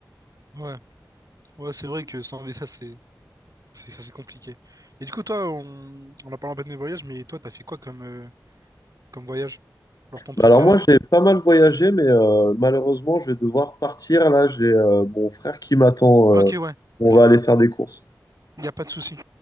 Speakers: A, on the right (about 55°); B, on the left (about 60°).
A: Ouais, ouais, c'est vrai que sans ça, c'est, c'est, ça, c'est compliqué. Et du coup, toi, on, on a parlé un peu de mes voyages, mais toi, t'as fait quoi comme, euh, comme voyage? Genre ton préféré?
B: Bah alors moi j'ai pas mal voyagé mais euh, malheureusement je vais devoir partir là j'ai euh, mon frère qui m'attend
A: Ah, ok,
B: euh,
A: ouais,
B: on
A: ok.
B: va
A: Il
B: aller faire des courses.
A: n'y a pas de souci.